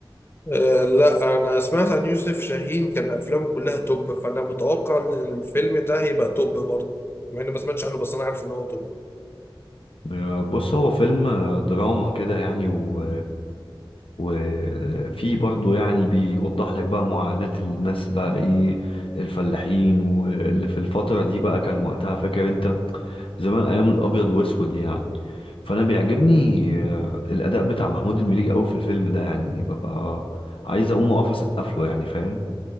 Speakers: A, on the left; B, on the left.
A: آه، لا انا سمعت عن يوسف شاهين كان افلامه كلها توب فانا متوقع ان الفيلم ده هيبقى توب برضه مع اني ما سمعتش عنه بس انا عارف ان هو توب
B: آه، بص هو فيلم آه، دراما كده يعني و وفي برضه يعني بيوضح لك بقى معاناة الناس بقى ايه الفلاحين واللي في الفترة دي بقى كان وقتها فاكر انت زمان ايام الابيض واسود يعني فانا بيعجبني آه، الاداء بتاع محمود المليجي قوي في الفيلم ده يعني ببقى عايز اقوم اقف اسقف له يعني فاهم